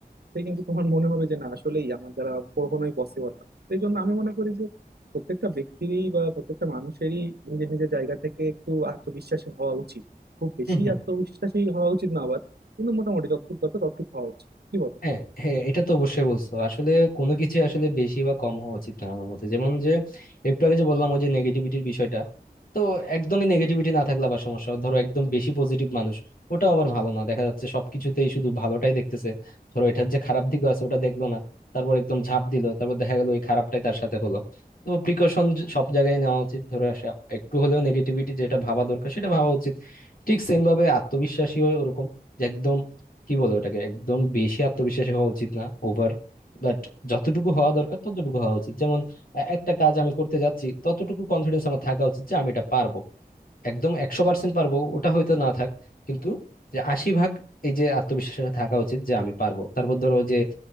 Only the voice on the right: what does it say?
সেই কিন্তু তোমার মনে হবে যে না আসলেই আমার দ্বারা কখনোই পসিবল না সেই জন্য আমি মনে করি যে প্রত্যেকটা ব্যক্তিরই বা প্রত্যেকটা মানুষেরই নিজের নিজের জায়গা থেকে একটু আত্মবিশ্বাসী হওয়া উচিত খুব বেশি
আত্মবিশ্বাসী হওয়া উচিত না আবার কিন্তু মোটামুটি যতটুকু দরকার ততটুকু হওয়া উচিত কি বলো